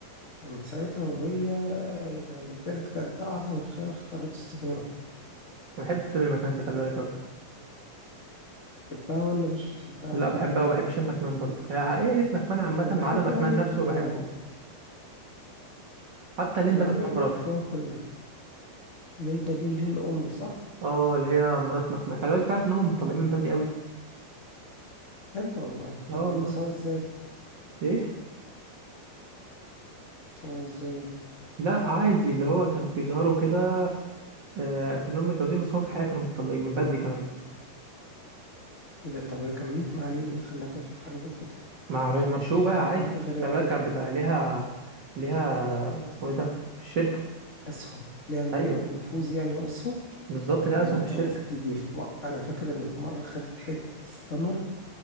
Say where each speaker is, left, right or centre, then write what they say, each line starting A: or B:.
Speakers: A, on the left; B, on the right.
A: ومن ساعتها وهي يعني بجد كانت ده اعظم خيار اختارته ستيفاني
B: انا بحب تلمي المكان دي خلي بالك أوي.
A: بتحبها ولا مش بتحبها
B: لا بحبها وبحب شم مكمان برضه يعني عائلة مكمان عامة
A: انا بحب
B: ما عدا مكمان
A: آلة
B: نفسه
A: مكمان
B: بحبه حتى ليندا
A: بحب
B: مكمان
A: آلة
B: مراته
A: مكمان كلها ليندا دي اللي هي الام صح
B: اه اللي هي مرات مكمان خلي بالك تعرف ان هم متطلقين من بدري قوي
A: بجد والله
B: لا
A: طب
B: والله
A: هم سوا ازاي
B: ايه
A: سوا ازاي
B: لا عادي اللي هو كان بيظهروا كده آه كانهم متجوزين بس هم في الحقيقة كانوا متطلقين من بدري كمان
A: ايه ده طب وهي كملت مع ليه ايه اللي خلاها تقف في حاجه زي كده
B: مع مع شو بقى
A: يعني
B: عادي
A: حاجه غريبه
B: خلي بالك
A: جدا
B: كانت بتاع ليها ليها اسمه ايه ده في الشركة
A: اسهم ليها
B: ايوه
A: نفوذ يعني واسهم
B: بالظبط ليها
A: فهمت
B: اسهم في الشركة
A: اه بس دي, دي في م... انا فاكر ان في مره خدت حته ستانر